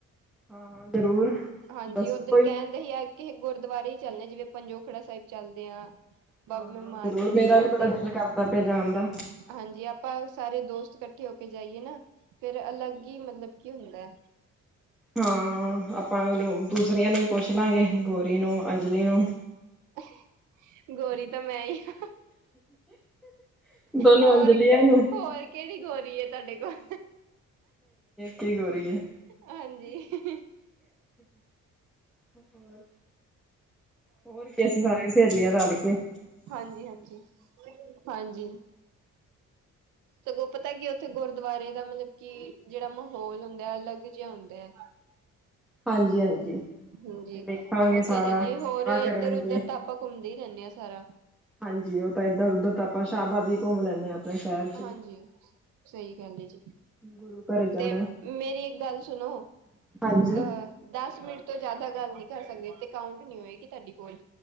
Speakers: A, in the centre; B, on the right.
A: ਹਾਂ ਹਾਂ। ਜ਼ਰੂਰ
B: ਹਾਂਜੀ
A: ਦੱਸੋ
B: ਉਹ ਦਿਨ
A: ਕੋਈ
B: ਕਹਿਣਿੰਦੇ ਹੀ ਆ ਇਹ ਗੁਰਦੁਆਰੇ ਹੀ ਚੱਲਣੇ ਜਿਵੇਂ ਪੰਜੋਖੜਾ ਸਾਹਿਬ ਚੱਲਦੇ ਆ
A: ਹਾਂ
B: ਬਾਬਾ
A: ਹਾਂ
B: ਮਾਰ
A: ਜ਼ਰੂਰ
B: ਕੰਢੇ
A: ਮੇਰਾ
B: ਚੱਲਦੇ
A: ਵੀ ਬੜਾ
B: ਹਾਂ,
A: ਦਿਲ ਕਰਦਾ ਪਿਆ ਜਾਣ ਦਾ।
B: ਹਾਂਜੀ ਆਪਾਂ ਸਾਰੇ ਦੋਸਤ ਕਠੇ ਇਕੱਠੇ ਹੋ ਕੇ ਜਾਈਏ ਨਾ ਫਿਰ ਅਲੱਗ ਹੀ ਮਤਲਬ ਕੀ ਹੁੰਦਾ
A: ਹਾਂ ਆਪਾਂ ਉਹਨੂੰ ਦੂਸਰੀਆਂ ਨੂੰ ਵੀ ਪੁੱਛ ਲਾਂਗੇ ਗੋਰੀ ਨੂੰ ਅੰਜਲੀ ਨੂੰ
B: <inaudible> ਗੋਰੀ ਤਾਂ ਮੈਂ ਹੀ ਹਾਂ
A: ਦੋਨੋ
B: ਹੋਰ-ਹੋਰ
A: ਅੰਜਲੀਆਂ ਨੂੰ
B: ਕਿਹੜੀ ਗੋਰੀ ਹੈ ਤੁਹਾਡੇ ਕੋਲ
A: ਕੀ ਗੋਰੀ ਹੈ,
B: ਹਾਂਜੀ
A: ਹੋਰ ਹੋਰ ਕੀ ਅਸੀਂ ਸਾਰੇ ਸਹੇਲੀਆਂ ਰਲ ਕੇ ਕੇ
B: ਹਾਂਜੀ-ਹਾਂਜੀ, ਹਾਂਜੀ ਸਗੋਂ ਪਤਾ ਕੀ ਉੱਥੇ ਗੁਰਦੁਆਰੇ ਦਾ ਮਤਲਬ ਕਿ ਜਿਹੜਾ ਮਾਹੌਲ ਹੁੰਦਾ ਹੈ ਅਲੱਗ ਜਿਹਾ ਹੁੰਦਾ ਹੈ।
A: ਹਾਂਜੀ ਹਾਂਜੀ
B: ਹਾਂਜੀ
A: ਉੱਥੇ ਵੇਖਾਂਗੇ
B: ਉੱਥੇ
A: ਸਾਰਾ
B: ਚਲੀਏ
A: ਸੇਵਾ
B: ਹੋਰ ਏਧਰ
A: ਕਰਾਂਗੇ
B: ਉਧਰ ਤਾਂ ਆਪਾਂ ਘੁੰਮਦੇ ਹੀ ਰਹਿੰਦੇ ਹਾਂ ਸਾਰਾ
A: ਹਾਂਜੀ ਉਹ ਤਾਂ ਇੱਧਰ -ਉੱਧਰ ਤਾਂ ਆਪਾਂ ਸ਼ਾਹਬਾਦ ਵੀ ਘੁੰਮ ਲੈਂਦੇ ਹਾਂ। ਆਪਣੇ ਸ਼ਹਿਰ ਚ
B: ਹਾਂਜੀ
A: ਹੀ।
B: ਸਹੀ ਗੱਲ ਹੈ ਜੀ
A: ਗੁਰੂ ਘਰ ਜਾਣਾ
B: ਤੇ ਮੇਰੀ ਇੱਕ ਗੱਲ ਸੁਣੋ
A: ਹਾਂਜੀ
B: ਅਹ ਦਸ ਮਿੰਟ ਤੋਂ ਜ਼ਿਆਦਾ ਗੱਲ ਨਹੀਂ ਕਰ ਸਕਦੇ, ਤੇ ਕਾਊਂਟ ਨਹੀਂ ਹੋਏਗੀ ਤੁਹਾਡੀ ਕੋਲ।